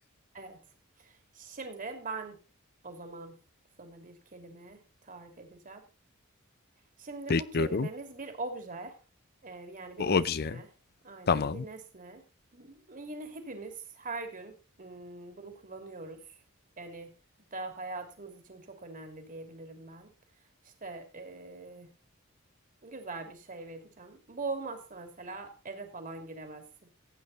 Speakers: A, on the right; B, on the left.
A: Evet. Şimdi ben o zaman sana bir kelime tarif edeceğim. Şimdi
B: Bekliyorum.
A: bu kelimemiz bir obje. Ee, yani bir
B: O
A: nesne.
B: obje.
A: Aynen
B: Tamam.
A: bir nesne. M- Yine hepimiz her gün mm, bunu kullanıyoruz. Yani hatta hayatımız için çok önemli diyebilirim ben. İşte ee, güzel bir şey vereceğim. Bu olmazsa mesela eve falan giremezsin.